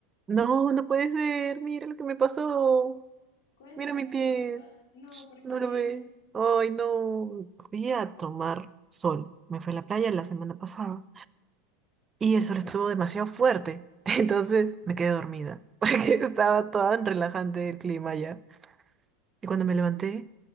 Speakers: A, on the right (about 25°); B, on the left (about 70°).
A: No, no puede ser. Mira lo que me pasó.
B: Cuéntame
A: Mira mi pie.
B: qué pasa. No, porque
A: No lo
B: <laughs>
A: ves. Ay, no. Fui a tomar sol. Me fui a la playa la semana pasada. Y el sol estuvo demasiado fuerte. <laughs> Entonces me quedé dormida. <laughs> Porque estaba tan relajante el clima ya. Y cuando me levanté,